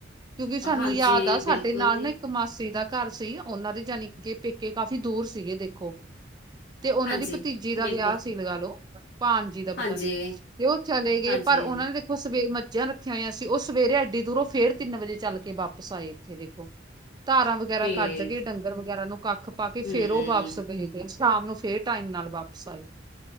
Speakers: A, on the right (about 20°); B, on the left (about 60°).
A: ਕਿਉਂਕਿ ਸਾਨੂੰ
B: ਹਾਂਜੀ
A: ਯਾਦ ਆ ਸਾਡੇ
B: ਬਿਲਕੁਲ
A: ਨਾਲ
B: ਦੀ
A: ਨਾ ਇ ਕ ਮਾਸੀ ਦਾ ਘਰ ਸੀ ਉਹਨਾਂ ਦੀ ਜਾਣੀ ਕਿ ਪੇਕੇ ਕਾਫ਼ੀ ਦੂਰ ਸੀਗੇ ਦੇਖੋ। ਤੇ ਉਹਨਾਂ
B: ਹਾਂਜੀ
A: ਦੀ ਭਤੀਜੀ ਦਾ
B: ਬਿਲਕੁਲ
A: ਵਿਆਹ ਸੀ ਲਗਾ ਲੋ ਭਾਣ ਜੀ ਦਾ ਪਤਾ
B: ਹਾਂਜੀ
A: ਨੀ, ਤੇ ਉਹ ਚਲੇ ਗਏ
B: ਹਾਂਜੀ
A: ਪਰ ਉਹਨਾਂ ਨੇ ਦੇ ਓ ਸਵੇ ਮੱਝਾਂ ਆ ਰੱਖੀਆਂ ਹੋਈਆਂ ਸੀ ਓ ਸਵੇਰੇ ਐਡੀ ਦੂਰੋਂ ਫੇਰ ਤਿੰਨ ਵਜੇ ਚੱਲ ਕੇ ਵਾਪਸ ਆਏ ਇੱਥੇ ਦੇਖੋ। ਧਾਰਾਂ ਵਗੈਰਾ
B: ਫੇਰ
A: ਕੱਢ ਗੇ, ਡੰਗਰ ਵਗੈਰਾ ਨੂੰ ਕੱਖ ਪਾ ਕੇ
B: ਹੂੰ।
A: ਫੇਰ ਉਹ ਵਾਪਸ ਗਏ। ਸ਼ਾਮ ਨੂੰ ਫੇਰ ਟਾਈਮ ਨਾਲ ਵਾਪਿਸ ਆਏ।